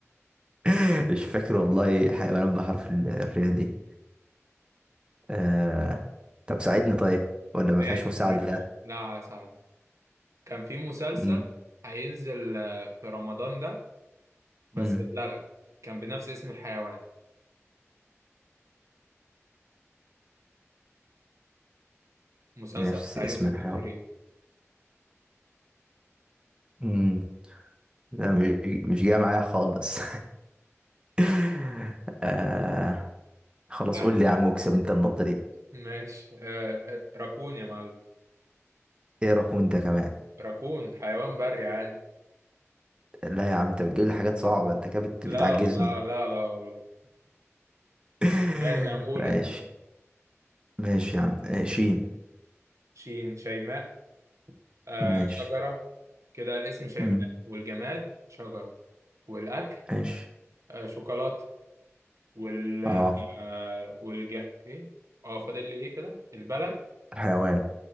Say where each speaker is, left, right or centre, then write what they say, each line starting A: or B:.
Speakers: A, on the right; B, on the right.
A: <laughs> مش فاكر والله حيوانات بحرف ال- الرياء دي آه... طب ساعدني طيب ولا ما
B: ماشي
A: فيهاش مساعدة
B: ماشي لا سهل كان في مسلسل
A: مم.
B: هينزل آه، في رمضان ده بس
A: مم.
B: اتلغى كان بنفس اسم الحيوان مسلسل
A: نفس
B: بتاع
A: اسم
B: يوسف
A: الحيوان
B: الشريف
A: مم. لا مش مش جاي معايا خالص <laughs> آه... خلاص
B: عارف؟
A: قول لي يا عم واكسب انت النقطة دي
B: ماشي آه آه، راكون يا معلم
A: ايه رقم انت كمان
B: راكون حيوان بري عادي
A: لا يا عم انت بتجيب لي حاجات صعبة انت كده بت-
B: لا
A: بتعجزني
B: لا لا لا والله
A: <laughs>
B: ماشي هنقول
A: ماشي
B: انت
A: ماشي يا عم آه، شين
B: شين شيماء آه
A: ماشي
B: شجرة كده الاسم شيماء
A: مم.
B: والجماد شجرة والأكل
A: ماشي
B: آه شوكولاتة وال
A: اه
B: آه والج إيه؟ أه فاضل لي إيه كده؟ البلد
A: حيوان